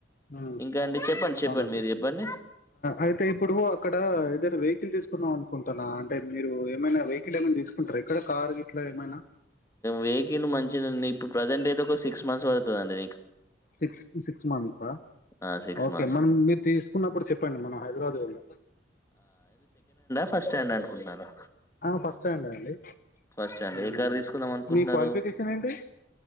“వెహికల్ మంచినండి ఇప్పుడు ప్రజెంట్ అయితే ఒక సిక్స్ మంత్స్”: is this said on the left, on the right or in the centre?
Left